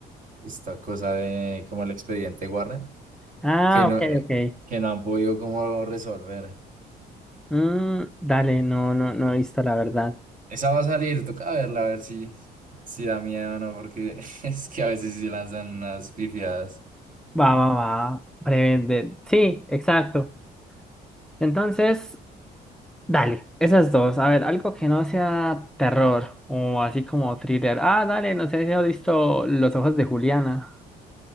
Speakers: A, on the right; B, in the centre.
A: de esta cosa de como el expediente Warren.
B: ah,
A: que no,
B: ok,
A: eh,
B: ok.
A: que no han podido como resolver.
B: Mm, dale, no, no, no he visto la verdad.
A: Esa va a salir, toca verla, a ver si, si da miedo o no, porque <laughs> es que a veces sí lanzan unas pifiadas.
B: Va, va, va. Breve, de- Sí, exacto. Entonces, dale, esas dos. A ver, algo que no sea terror o así como thriller. Ah, dale, no sé si has visto Los ojos de Juliana.